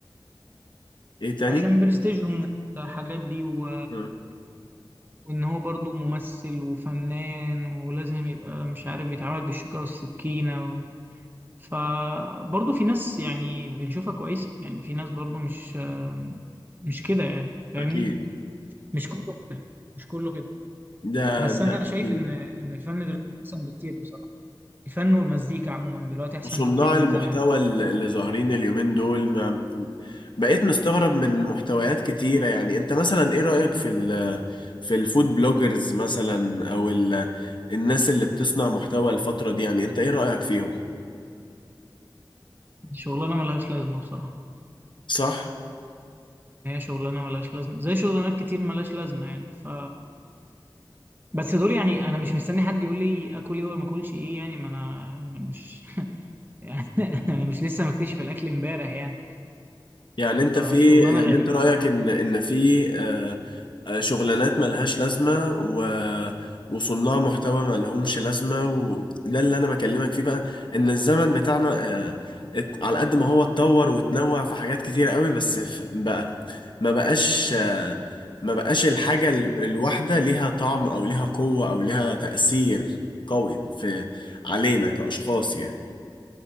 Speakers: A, on the left; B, on the right.
A: ايه تاني؟
B: عشان برستيجهم الحاجات دي و...
A: مم.
B: وان هو برضو ممثل وفنان ولازم يبقى مش عارف بيتعامل بالشوكة والسكينة فبرضه في ناس يعني بنشوفها كويسة يعني في ناس برضه مش مش كده يعني فاهمني
A: اكيد
B: مش كله كده مش كله كده
A: ده
B: بس
A: ده
B: أنا شايف
A: أكيد
B: إن إن الفن دلوقتي أحسن بكتير بصراحة الفن والمزيكا عموما دلوقتي أحسن
A: وصناع
B: بكتير من
A: المحتوى
B: زمان
A: ال- اللي ظاهرين اليومين دول ما بقيت مستغرب من محتويات كتيرة يعني انت مثلا ايه رأيك في ال في الفود بلوجرز مثلا او ال الناس اللي بتصنع محتوى الفترة دي يعني انت ايه رأيك فيهم
B: شغلانة ملهاش لازمة بصراحة
A: صح
B: هي شغلانة ملهاش لازمة زي شغلانات كتير ملهاش لازمة يعني ف بس دول يعني أنا مش مستني حد يقول لي آكل إيه ولا ما آكلش إيه يعني ما أنا أنا مش <laughs> يعني أنا مش لسه مكتشف الأكل إمبارح يعني
A: يعني انت
B: فشغلانة
A: في يعني
B: غريبة
A: انت رأيك
B: بصراحة
A: ان ان في آه، آه، شغلانات ملهاش لازمة و وصناع محتوى ما لهمش لازمة وده اللي انا بكلمك فيه بقى ان الزمن بتاعنا آه، ات- على قد ما هو اتطور وتنوع في حاجات كتيرة قوي بس ف- بقى ما بقاش آه، ما بقاش الحاجة ال- الواحدة ليها طعم او ليها قوة او ليها تأثير قوي في علينا كأشخاص يعني